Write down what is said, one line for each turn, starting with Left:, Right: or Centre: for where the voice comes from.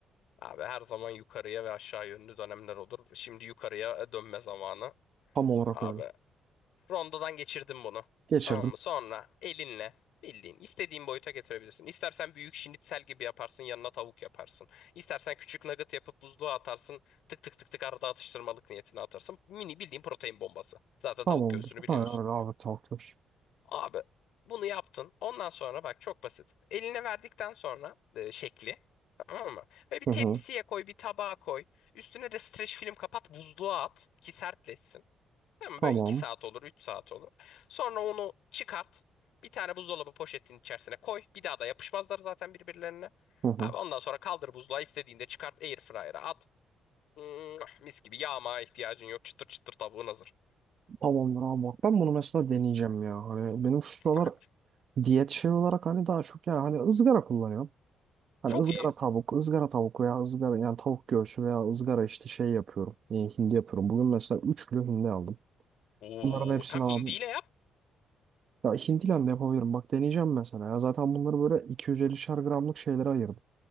Left: Abi her zaman yukarıya ve aşağı yönlü dönemler olur. Şimdi yukarıya e, dönme zamanı.
Right: Tam olarak
Left: Abi
Right: öyle.
Left: Rondodan geçirdim bunu.
Right: Geçirdim.
Left: Tamam mı? Sonra elinle bildiğin istediğin boyuta getirebilirsin. İstersen büyük şinitsel gibi yaparsın, yanına tavuk yaparsın. İstersen küçük nugget yapıp buzluğa atarsın. Tık tık tık tık arada atıştırmalık niyetine atarsın. Mini bildiğin protein bombası. Zaten
Right: Tamamdır.
Left: tavuk göğsünü biliyorsun.
Right: Ha, abi takdir.
Left: Abi bunu yaptın. Ondan sonra bak çok basit. Eline verdikten sonra e, şekli Tamam mı? Ve bir
Right: Hı
Left: tepsiye
Right: hı.
Left: koy, bir tabağa koy. Üstüne de streç film kapat, buzluğa at ki sertleşsin. Tamam
Right: Tamam.
Left: böyle 2 saat olur, 3 saat olur. Sonra onu çıkart. Bir tane buzdolabı poşetinin içerisine koy. Bir daha da yapışmazlar zaten birbirlerine.
Right: Hı hı.
Left: Abi ondan sonra kaldır buzluğa istediğinde çıkart airfryer'a at. Mm, mis gibi yağmaya ihtiyacın yok. Çıtır çıtır tavuğun hazır.
Right: Tamamdır abi bak ben bunu mesela deneyeceğim ya. Hani benim şu sıralar
Left: Bak,
Right: diyet şey olarak hani daha çok ya hani ızgara kullanıyorum. Hani
Left: çok
Right: ızgara
Left: iyi.
Right: tavuk, ızgara tavuk veya ızgara yani tavuk göğsü veya ızgara işte şey yapıyorum. E, hindi yapıyorum. Bugün mesela 3 kilo hindi aldım.
Left: Oo,
Right: Bunların hepsini
Left: tam
Right: aldım.
Left: hindiyle yap.
Right: Ya hindiyle de yapabilirim. Bak deneyeceğim mesela. Ya zaten bunları böyle 250'şer gramlık şeylere ayırdım.